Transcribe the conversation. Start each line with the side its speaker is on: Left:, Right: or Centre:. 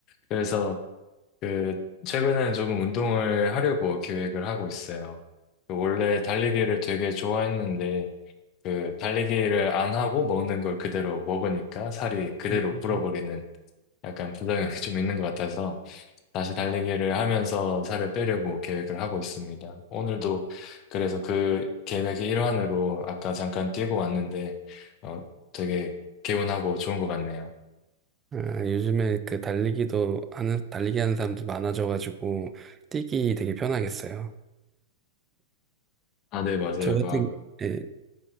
Left: 그래서 그 최근에는 조금 운동을 하려고 계획을 하고 있어요. 그 원래 달리기를 되게 좋아했는데 그 달리기를 안 하고 먹는 걸 그대로 먹으니까 살이 그대로
Right: 음.
Left: 불어버리는 약간 부작용이 좀 있는 것 같아서 다시 달리기를 하면서 살을 빼려고 계획을 하고 있습니다. 오늘도 그래서 그 계획의 일환으로 아까 잠깐 뛰고 왔는데, 어, 되게 개운하고 좋은 것 같네요.
Right: 아, 요즘에 그 달리기도 하는, 달리기 하는 사람도 많아져가지고, 뛰기 되게 편하겠어요.
Left: 아, 네, 맞아요.
Right: 저 같은,
Left: 막,
Right: 예,